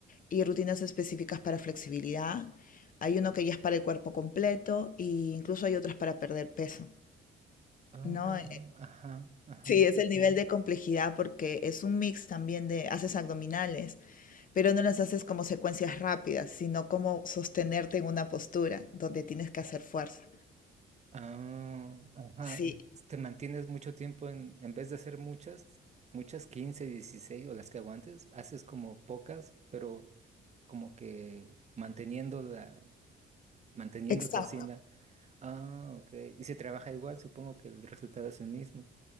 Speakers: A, on the left; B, on the right.
A: y rutinas específicas para flexibilidad. Hay uno que ya es para el cuerpo completo e incluso hay otras para perder peso,
B: Oh,
A: ¿no?
B: ajá, ajá.
A: Sí, es el nivel de complejidad porque es un mix también de haces abdominales, pero no las haces como secuencias rápidas, sino como sostenerte en una postura donde tienes que hacer fuerza.
B: Ah, ajá.
A: Sí,
B: Te mantienes mucho tiempo en, en vez de hacer muchas, muchas 15, 16 o las que aguantes, haces como pocas, pero como que manteniendo la, manteniéndote
A: exacto.
B: así en la. Ah, ok. Y se trabaja igual, supongo que el resultado es el mismo.